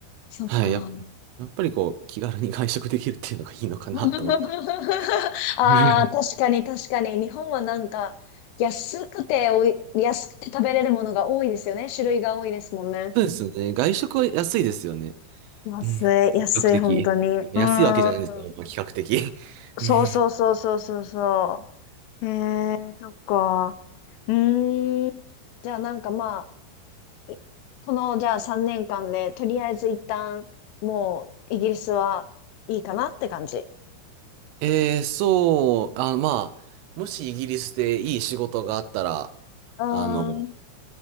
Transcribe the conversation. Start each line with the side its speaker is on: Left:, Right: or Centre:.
Left: そっか。
Right: はい、や、やっぱりこう、気軽に外食できるっていうのがいいのかなと思って。
Left: <laughs> ああ、
Right: <laughs>
Left: 確かに確かに。日本はなんか、安くておい、安くて食べれるものが多いですよね。種類が多いですもんね。
Right: そうですよね。外食は安いですよね。
Left: 安い、
Right: うん比較的。
Left: 安い、本当に。うーん。
Right: 安いわけじゃないんですけど、まあ、比較的。
Left: そうそうそうそうそうそ
Right: <laughs>
Left: う。へえ、そっか。うーん。じゃあなんかまあ、いこのじゃあ3年間で、とりあえず一旦、もうイギリスはいいかなって感じ。
Right: えー、そう、あ、まあ、もしイギリスでいい仕事があったら、
Left: うーん、
Right: あの、